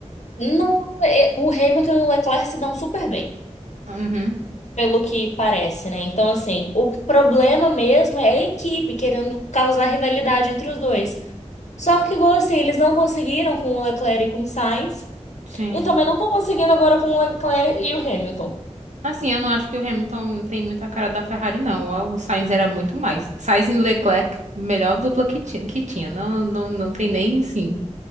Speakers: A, on the left (about 70°); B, on the right (about 75°).
A: Não, é- o Hamilton e o Leclerc se dão super bem,
B: Uhum,
A: pelo que parece, né? Então, assim, o problema mesmo é a equipe querendo causar rivalidade entre os dois. Só que, igual assim, eles não conseguiram com o Leclerc e com o Sainz,
B: sim.
A: e também não estão conseguindo agora com o Leclerc e o Hamilton.
B: Assim, eu não acho que o Hamilton tem muita cara da Ferrari, não. O Sainz era muito mais. Sainz e Leclerc, melhor dupla que tinha, que tinha. Não, não, não tem nem, sim.